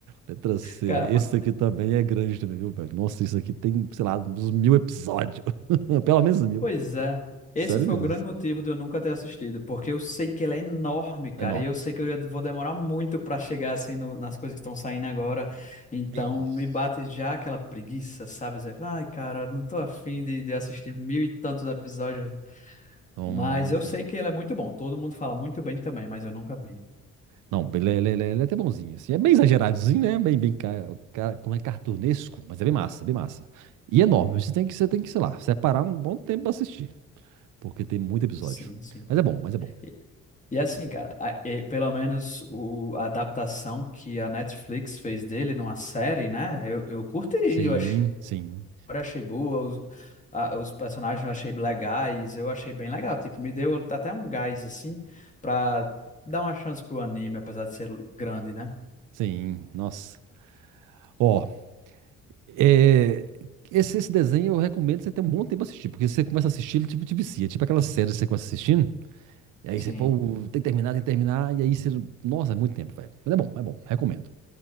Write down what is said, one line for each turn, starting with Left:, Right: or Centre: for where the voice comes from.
Right: Letra C.
Left: Cara,
Right: Esse
Left: ma-
Right: aqui também é grande também, viu, velho? Nossa, isso aqui tem, sei lá, uns mil episódios. <laughs> Pelo menos mil.
Left: pois é.
Right: Sério
Left: Esse foi
Right: mesmo.
Left: o grande motivo de eu nunca ter assistido, porque eu sei que ele é enorme, cara,
Right: É Enorme.
Left: e eu sei que eu ia- vou demorar muito pra chegar assim no- nas coisas que estão saindo agora. Então
Right: Isso.
Left: me bate já aquela preguiça, sabe? Zé? Ai, cara, não tô afim de, de assistir mil e tantos episódios
Right: Então,
Left: Mas eu sei que ele é muito bom. Todo mundo fala muito bem também, mas eu nunca vi.
Right: não, ele, é- ele, é ele é até bonzinho, assim. É bem exageradozinho, né? Bem, bem, ca- ca- como é cartunesco, mas é bem massa, bem massa. E é enorme. Você tem que, você tem que, sei lá, separar um bom tempo pra assistir, porque tem muito episódio.
Left: Sim, sim.
Right: Mas é bom, mas é bom.
Left: E, e assim, cara, a- e pelo menos o, a adaptação que a Netflix fez dele numa série, né? Eu, eu curti,
Right: Sim,
Left: eu achei,
Right: sim,
Left: eu achei boa, os, a- os personagens eu achei legais, eu achei bem legal. Tipo, me deu até um gás, assim, pra dar uma chance pro anime, apesar de ser grande, né?
Right: sim. Nossa. Ó, É, esse, esse desenho eu recomendo você ter um bom tempo assistir porque você começa a assistir, ele tipo te vicia. Tipo aquela série que você começa assistindo, e aí
Left: Sim,
Right: você, pô, tem que terminar, tem que terminar, e aí você. Nossa, é muito tempo, velho. Mas é bom, é bom, recomendo.